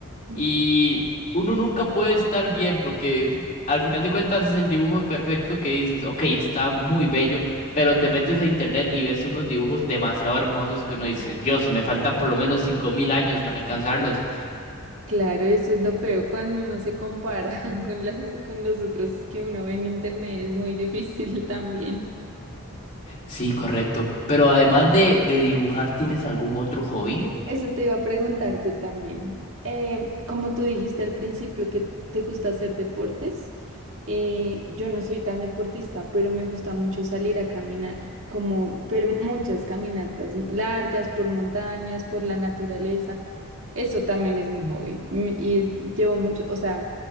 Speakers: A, on the right; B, on the left.
A: Ujú.
B: Y uno nunca puede estar bien porque al final de cuentas es el dibujo perfecto que dices, ok, está muy bello, pero te metes a internet y ves unos dibujos demasiado hermosos que uno dice,
A: Ah,
B: Dios, me faltan por lo menos 5000 años para alcanzarlos.
A: Claro, eso es lo feo cuando uno se compara <laughs> con las, con los otros que uno ve en internet, es muy difícil <laughs> también.
B: Sí, correcto. Pero además de, de dibujar, ¿tienes algún otro hobby?
A: Sí, Eso te iba a preguntar yo también. Eh, como tú dijiste al principio que te gusta hacer deportes, eh, yo no soy tan deportista, pero me gusta mucho salir a caminar, como, pero muchas caminatas m- largas por montañas, por la naturaleza. Eso también es mi hobby mm, y llevo mucho, o sea,